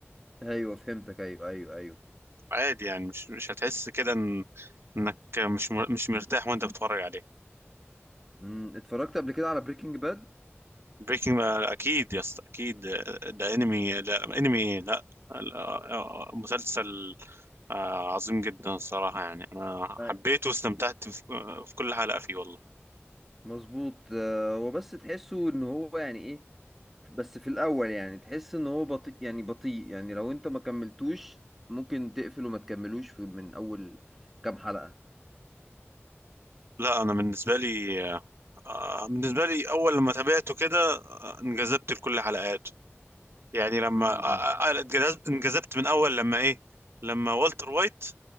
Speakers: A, in the centre; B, on the right.
A: ايوه فهمتك ايوه ايوه ايوه
B: عادي يعني مش مش هتحس كده إن إنك مش مر- مش مرتاح وأنت بتتفرج عليه
A: امم اتفرجت قبل كده على بريكنج باد
B: بريكنج أكيد يا اسطى أكيد آه، ده أنمي لا أنمي إيه؟ لا لا، آه، مسلسل آه، عظيم جدا الصراحة يعني أنا حبيته
A: أي-
B: واستمتعت في في كل حلقة فيه والله
A: مظبوط آه، هو بس تحسه ان هو يعني ايه بس في الاول يعني تحس ان هو بطيء يعني بطيء يعني لو انت ما كملتوش ممكن تقفل وما تكملوش في من اول كام حلقة
B: لا أنا بالنسبة لي آه، بالنسبة لي أول لما تابعته كده آه، انجذبت لكل حلقاته يعني لما
A: امم
B: آه، آه، آه، انجذبت انجذبت من أول لما إيه لما والتر وايت